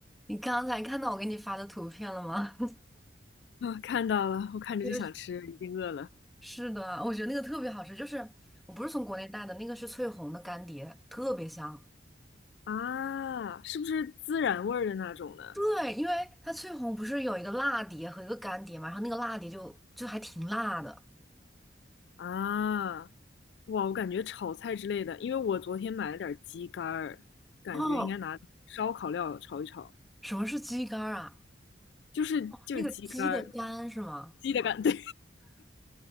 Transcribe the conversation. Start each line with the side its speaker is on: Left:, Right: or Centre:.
Centre: 你刚才看到我给你发的图片了吗？
Left: 啊，看到了，我看着就想吃，
Centre: <laughs> 就是
Left: 已经饿了。
Centre: 是的，我觉得那个特别好吃，就是我不是从国内带的，那个是翠红的干碟，特别香。
Left: 啊，是不是孜然味儿的那种呢？
Centre: 对，因为它翠红不是有一个辣碟和一个干碟嘛，然后那个辣碟就就还挺辣的。
Left: 啊，哇，我感觉炒菜之类的，因为我昨天买了点儿鸡肝儿，感觉应该拿烧烤料炒一炒，
Centre: 哦，什么是鸡肝儿啊？
Left: 就是就是鸡肝儿，
Centre: 那个鸡的肝是吗？
Left: 鸡的肝，对，